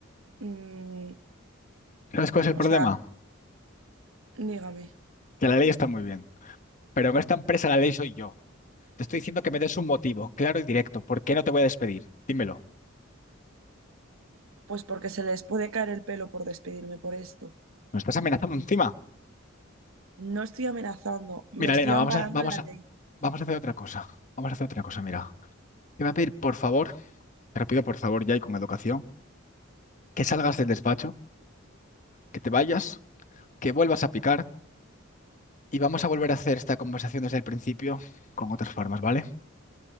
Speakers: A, on the right (about 85°); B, on the left (about 40°).
A: Mm,
B: ¿Sabes cuál es el
A: o
B: problema?
A: sea, dígame,
B: Que la ley está muy bien. Pero en esta empresa la ley soy yo. Te estoy diciendo que me des un motivo, claro y directo. ¿Por qué no te voy a despedir? Dímelo.
A: pues porque se les puede caer el pelo por despedirme por esto.
B: ¿Me estás amenazando encima?
A: No estoy amenazando, me
B: Mira,
A: estoy
B: Elena,
A: amparando
B: vamos a, vamos
A: en la
B: a,
A: ley.
B: vamos a hacer otra cosa. Vamos a hacer otra cosa, mira. Te voy a pedir, por favor, te lo pido por favor ya y con educación, que salgas del despacho, que te vayas, que vuelvas a picar y vamos a volver a hacer esta conversación desde el principio con otras formas, ¿vale?